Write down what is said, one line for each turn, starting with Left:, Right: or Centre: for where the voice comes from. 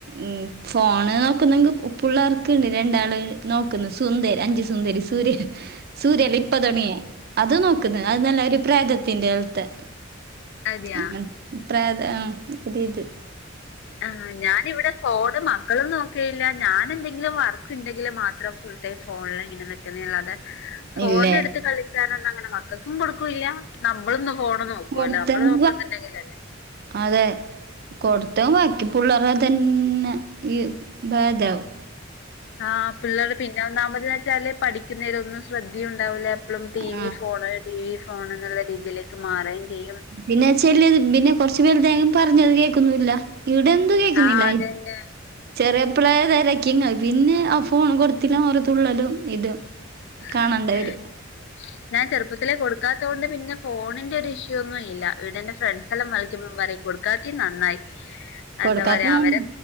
Right: ഉം ഫോണ് നോക്കുന്നെങ്കി പുള്ളാർക്ക്ണ്ട് രണ്ടാള് നോക്ക്ന്നു സുന്ദരി അഞ്ച് സുന്ദരി സൂര്യേലെ സൂര്യേല ഇപ്പ തൊടങ്ങിയെ അത് നോക്ക്ന്ന് അത് നല്ല ഒരു പ്രേതത്തിന്റെ പോലത്തെ
Left: അതെയാ
Right: ആഹ് പ്രേത ആഹ് ഒരിത്
Left: ആഹ് ഞാനിവിടെ ഫോണ് മക്കളും നോക്കയില്ല ഞാനെന്തെങ്കിലും വർക്ക് ഇണ്ടെങ്കില് മാത്രം ഫുൾ ടൈം ഫോണിലിങ്ങനെ നിക്കുന്ന അല്ലാതെ ഫോണെടുത്ത്
Right: ഇല്ലേ
Left: കളിക്കാനൊന്നും അങ്ങനെ മക്കക്കും കൊടുക്കൂല്ല നമ്മളിന്ന് ഫോണ് നോക്കുവല്ലോ
Right: കൊടുത്തെങ്കി
Left: നമ്മള് നോക്കുന്നുണ്ടെങ്കിലല്ലേ
Right: അതെ കൊടുത്തും ബാക്കി പുള്ളേരെ തന്നെ ഈ. <unintelligible>
Left: ആഹ് പിള്ളേർ പിന്നെ ഒന്നാമതിന്ന് വെച്ചാല് പഠിക്കുന്നേലൊന്നും ശ്രദ്ധയുണ്ടാവില്ല എപ്പളും ടീവി
Right: ആ
Left: ഫോണ് ടീവി ഫോണ് എന്നുള്ള രീതിയിലേക്ക് മാറേം ചെയ്യും
Right: പിന്നെ ചെല്ലത് പിന്നെ കൊറച്ചു വൽതായാലും പറഞ്ഞാത് കേക്കൊന്നുമില്ല ഇവിടെന്തും കേക്കുന്നില്ല
Left: ആഹ് അതന്നെ.
Right: ചെറിയപ്പളെ തെരക്കിങ്ങ പിന്നെ ആ ഫോൺ കൊടുത്തില്ല പറഞ്ഞ് തുള്ളലും ഇതും
Left: <inaudible>
Right: കാണണ്ട വരും
Left: ഞാൻ ചെറുപ്പത്തിലേ കൊടുക്കാത്ത കൊണ്ട് പിന്നെ ഫോണിന്റെ ഒരു ഇഷ്യൂ ഒന്നും ഇല്ല വീടിന്റെ ഫ്രണ്ട്സ് എല്ലാം വളിക്കുമ്പോ പറയ്യ് കൊടുക്കാത്തെ നന്നായി
Right: കൊടുക്കാത്ത
Left: എന്താ പറയാ
Right: നന്നായി.
Left: അവരെ